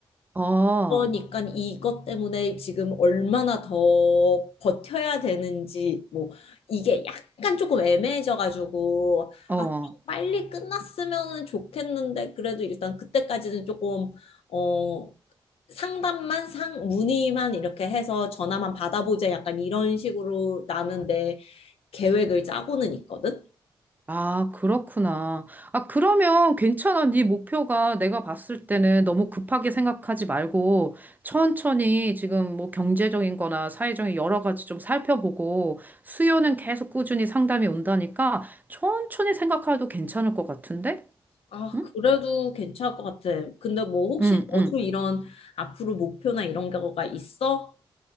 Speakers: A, on the right; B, on the left.
A: 어,
B: 그러니까 이것 때문에 지금 얼마나 더 버텨야 되는지 뭐 이게 약간 조금 애매해져 가지고
A: 어.
B: 아, 좀 빨리 끝났으면 좋겠는데 그래도 일단 그때까지는 조금 어 상담만 상 문의만 이렇게 해서 전화만 받아보자 약간 이런 식으로 나는 내 계획을 짜고는 있거든.
A: 아, 그렇구나. 아, 그러면 괜찮아. 네 목표가 내가 봤을 때는 너무 급하게 생각하지 말고 천천히 지금 뭐 경제적인 거나 사회적인 여러 가지 좀 살펴보고 수요는 계속 꾸준히 상담이 온다니까 천천히 생각해도 괜찮을 것 같은데?
B: 아,
A: 응?
B: 그래도 괜찮을 것 같아. 근데 뭐 혹시
A: 응,
B: 너도
A: 응.
B: 이런 앞으로 목표나 이런 거가 있어?